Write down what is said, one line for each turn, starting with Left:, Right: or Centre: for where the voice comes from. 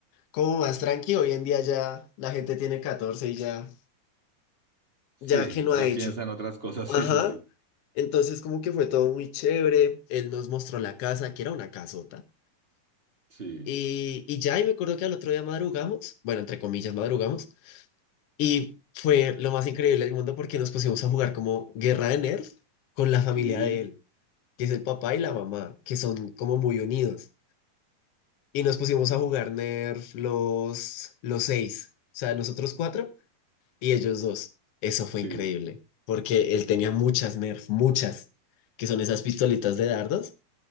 Left: como más tranqui. Hoy en día ya la gente tiene 14 y ya,
Right: sí,
Left: ya que no
Right: ya
Left: ha hecho.
Right: piensa en otras cosas,
Left: Ajá.
Right: sí, sí, sí,
Left: Entonces como que fue todo muy chévere. Él nos mostró la casa, que era una casota.
Right: sí.
Left: Y, y ya, y me acuerdo que al otro día madrugamos, bueno, entre comillas, madrugamos, y fue lo más increíble del mundo porque nos pusimos a jugar como Guerra de Nerds con la familia
Right: Sí,
Left: de él, que es el papá y la mamá, que son como muy unidos. Y nos pusimos a jugar Nerf los, los seis, o sea, nosotros cuatro y ellos dos. Eso fue
Right: sí,
Left: increíble, porque él tenía muchas Nerf, muchas, que son esas pistolitas de dardos,